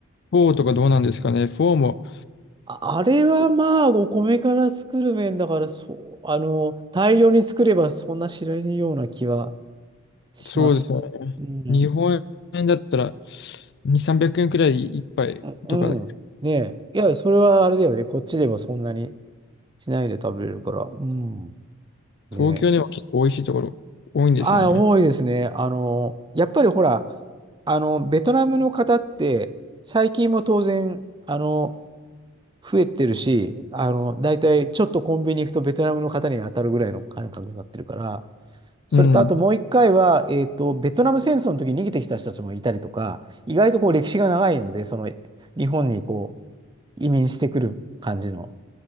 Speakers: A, on the left; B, on the right.
A: 4とかどうなんですかね。4も、
B: あ、あれはまあお米から作る麺だからそう、あの大量に作ればそんな知らないような気はしますし。
A: そうですよね。
B: うん。
A: 日本円だったら2、300円くえんくらい1杯とかで、
B: う、うん。ねえ。いや、それはあれだよね。こっちでもそんなにしないで食べれるから。うん。ねえ。
A: 東京でも結構美味しいところ多いんですよね。
B: ああ、多いですね。あの、やっぱりほら、あの、ベトナムの方って、最近も当然、あの、増えてるし、あの、大体ちょっとコンビニ行くとベトナムの方に当たるぐらいの感覚になってるから、それとあともう一回は、
A: うん。
B: えっと、ベトナム戦争の時に逃げてきた人たちもいたりとか、意外とこう歴史が長いので、その日本にこう移民してくる感じの。